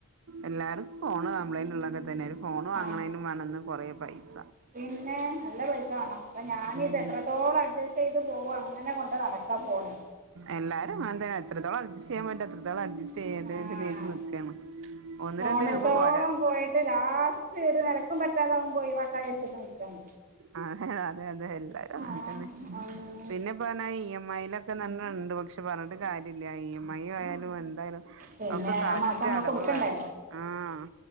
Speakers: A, on the right; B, on the right.
A: എല്ലാരും ഫോണ് കംപ്ലൈൻന്റ് ഉള്ളതൊക്കെ തന്നെ ഒരു ഫോണും വാങ്ങണേനും
B: ആ
A: വേണം ഇന്ന് കൊറേ പൈസ
B: പിന്നെ നല്ല പൈസ വാണം. അപ്പം ഞാനിത്
A: ഉം
B: എത്രത്തോളം അഡ്ജസ്റ്റ് ചെയ്ത് പോകും അങ്ങനെ കൊണ്ട് നടക്കാ ഫോണ്
A: എല്ലാരുംങ്ങനെ തന്നെ എത്രത്തോളം അ്ഡ്ജെസ്റ് ചെയ്യാൻ പറ്റോ അത്രത്തോളം അഡ്ജിസ്റ്റ് ചെയ്യട്ടെ
B: ആഹ്
A: വിചാരിച്ച് ചെയ്ത് നിക്കണ് ഒന്ന്
B: പോണെടുത്തോളം
A: രണ്ട് രൂപ പോരാ
B: പോയിട്ട് ലാസ്റ്റ് ഒരു നെലക്കും പറ്റാതാവുമ്പോ ഒഴിവക്കാ വിചരിച്ചിട്ട് നിക്കണ്
A: അ ഹെ അതെ അതെ എല്ലാരും അങ്ങനെ
B: ആഹ്
A: തന്നെ
B: ആഹ്
A: പിന്നെ പർഞ്ഞ ഇ എം ഐയിലൊക്കെണ്ട് പക്ഷെ പറഞ്ഞിട്ട് കാര്യല്ല ഇ എം ഐ ആയാലും എന്തായാലും
B: പിന്നെ
A: ഒക്കെ കറക്റ്റ്
B: ആ മാസം നമ്മള്
A: അടവ്
B: കൊടുക്കണ്ടേ
A: വേണം ആഹ്